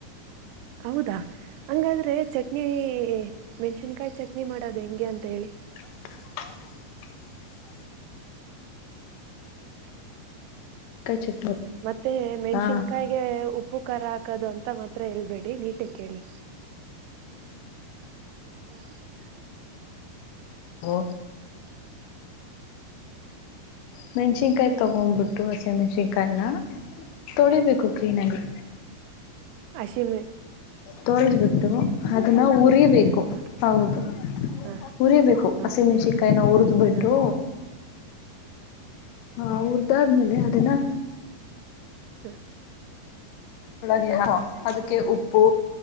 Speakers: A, on the right (about 90°); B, on the left (about 80°).
A: ಹೌದಾ ಹಂಗಾದ್ರೆ ಚಟ್ನಿ ಮೆಣಸಿನ್ಕಾಯಿ ಚಟ್ನಿ ಮಾಡೋದು ಹೆಂಗೆ ಅಂತ ಹೇಳಿ
B: ಹಾ
A: ಹಾ
B: ಮೆಣಸಿನ್ಕಾಯಿ ಚಟ್ನಿ
A: ಮತ್ತೆ ಮೆಣಸಿನ್ಕಾಯಿಗೆ
B: ಹಾ
A: ಉ ಉಪ್ಪು ಖರ ಹಾಕದು ಅಂತ ಮಾತ್ರ ಎೇಳ್ಬೇಡಿ ನೀಟ ಕೇಳಿ ಹಾ
B: ಒ ಮಚಿಕಾಯ ತಗಮ ಬುಟುಸ ಮಚಿಕಾಯ ನ ತೊಳಿಬೇಕು ಕ್ಲೀನ್ಗಿ
A: ಅಸಿ ಮ
B: ತೊಳೆದ್ಬಿಟ್ಟು ಅದನ್ನು ಉರಿಬೇಕು
A: ಹ
B: ಹೌದು
A: ಹ
B: ಉರಿಬೇಕು
A: ಹ
B: ಹಸಿಮೆಣ್ಷಿಕಾಯನ ಉರಿದ್ ಬಿಟ್ಟು
A: ಹ ಹ
B: ಹಾ ಉರ್ದಾದ್ಮೇಲೆ ಅದನಾ
A: ಹಾ
B: ಬೆಳಗೆ ಅದಕ್ಕೆ ಉಪ್ಪು